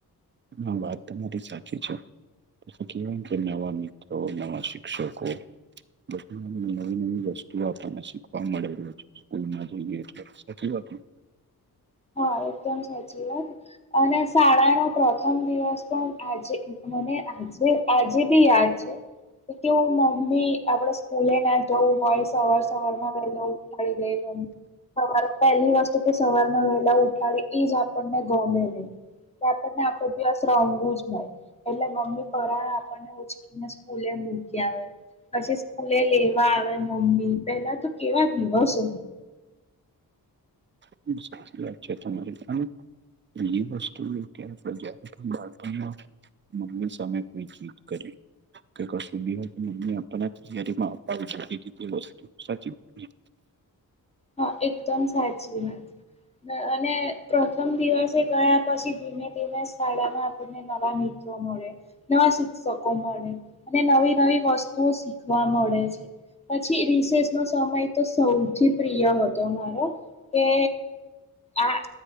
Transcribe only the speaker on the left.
હા એકદમ સાચી વાત અને શાળાનો પ્રથમ દિવસ પણ આજે મને આજે આજે બી યાદ છે. તે કેવું મમ્મી આપડે સ્કૂલે ના જવું માઈસ. સવાર સવાર માં વેલો ઉઠાડી દે મમ્મી સવારે પહેલી વસ્તુ કે સવાર એમાં વેલા ઉઠાડે એ જ આપણને ગમે નહી કે આપણને આખો દિવસ રમવું જ હોય. એટલે મમ્મી પરાણા આપણને ઉંચકીને સ્કૂલે મૂકી આવે. પછી સ્કૂલે લેવા આવે મમ્મી, પેહલા તો કેવા દિવસો
હા, એકદમ સાચી વાત અને પ્રથમ દિવસે ગયા પછી, ધીમે-ધીમે શાળામાં આપણને નવા મિત્ર મળે, નવા શિક્ષકો મળે અને નવી-નવી વસ્તુઓ શીખવા મળે છે. પછી રિસેસ નો સમય તો સૌથી પ્રિય હતો મારો કે, આ